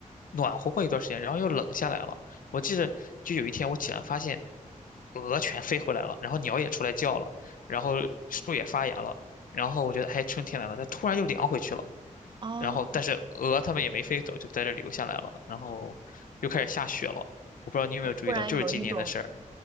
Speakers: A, on the left; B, on the right.
A: 暖和过一段时间，然后又冷下来了。我记得就有一天我起来发现鹅全飞回来了，然后鸟也出来叫了，然后树也发芽了，然后我觉得哎春天来了，它突然又凉回去了。
B: 啊，
A: 然后，但是鹅它们也没飞走，就在这留下来了。然后又开始下雪了，我不知道你有没有注意到，
B: 突然有一种
A: 就是今年的事儿。